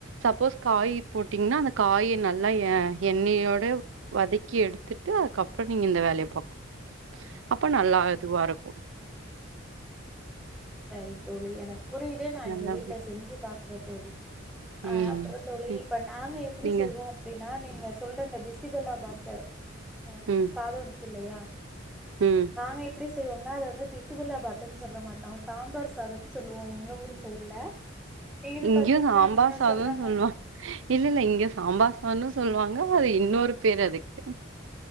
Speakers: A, on the right; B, in the centre.
A: சப்போஸ் காயி போட்டீங்கன்னா அந்த காய நல் நல்லா எ எண்ணெயோட வதக்கி எடுத்துட்டு அக்கப்றோ நீங்க இந்த வேலய பாக்கும் அப்ப நல்லா இதுவா இருக்கு
B: ம் செரி தோழி எனக்கு புரியிது நா
A: நல்லா
B: எங்க வீட்ல செஞ்சி பாக் குற தோழி அ
A: ம்
B: அப்றோ தோழி
A: ம்
B: இப்ப நாங்க எப்டி
A: நீங்க
B: செய்வோ அப் அப்டின்னா நீங்க சொல்ற இந்த பிசிபெலாபாத்த அ
A: ம்
B: சாதோ இருக்கு இல்லையா
A: ம்
B: நாங்க எப்டி செய்வோம்னா அத வந்து பிசி பிஸிபெளாபாத்துன்னு சொல்ல மாட்டோ சாம்பாரு சாதோன்னு சொல்வோ எங்க ஊர் சைடுல இது
A: இங்கேயு
B: பாத்தீங்கன்னா
A: சாம்பார்
B: நீங்க
A: சாதோன்னு
B: சொன்ன மா
A: சொல்லுவா இல்ல இல்ல இங்க சாம்பார் சாதோன்னு சொல்லுவாங்க அது இன்னொரு பேர் அதுக்கு